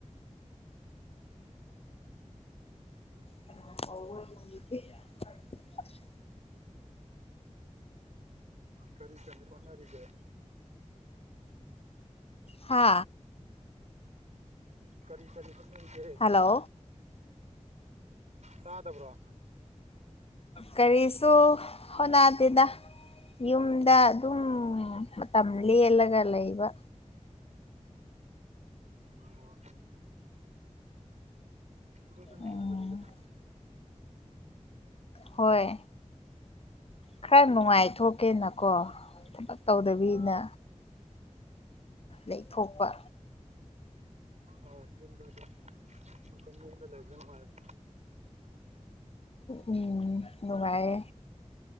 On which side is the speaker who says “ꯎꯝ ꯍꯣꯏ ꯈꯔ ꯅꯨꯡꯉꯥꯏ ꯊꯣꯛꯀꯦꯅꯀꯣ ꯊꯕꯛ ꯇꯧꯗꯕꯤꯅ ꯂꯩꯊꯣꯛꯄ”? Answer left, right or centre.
Left